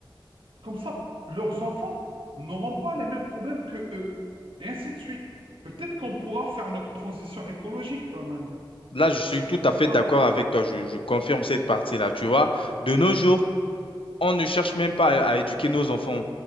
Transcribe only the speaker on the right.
comme ça, leurs enfants n'auront pas les mêmes problèmes que eux. Et ainsi de suite. Peut-être qu'on pourra faire notre transition écologique quand même.
Parce que
maintenant,
oui,